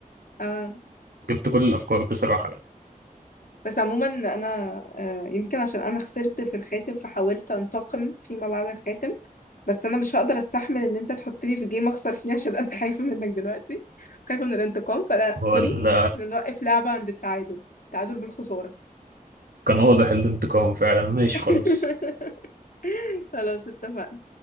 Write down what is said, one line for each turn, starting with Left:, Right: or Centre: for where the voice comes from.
Left: اه
Right: جبت كل الأفكار بصراحة يعني.
Left: بس عموما انا آه يمكن عشان انا خسرت في الخاتم فحاولت انتقم فيما بعد الخاتم بس انا مش هقدر استحمل ان انت تحطني في جيم اخسر فيه عشان انا <laughs> خايفه منك دلوقتي خايفه من الانتقام فانا
Right: هو
Left: سوري
Right: ال-
Left: إحنا نوقف لعبه عند التعادل تعادل بالخساره
Right: كان واضح الانتقام فعلا ماشي
Left: <laughs>
Right: خلاص
Left: خلاص اتفقنا